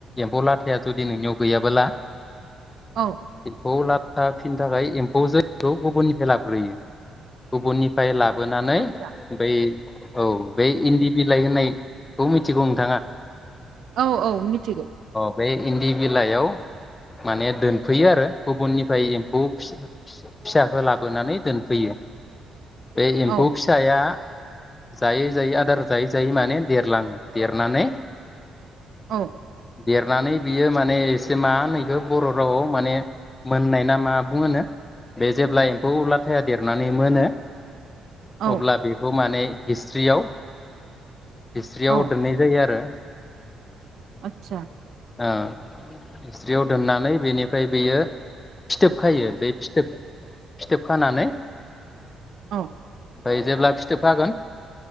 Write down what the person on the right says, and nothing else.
औ
आदसा
औ औ मिथिगौ।
औ
औ
औ
औ
आतसा
औ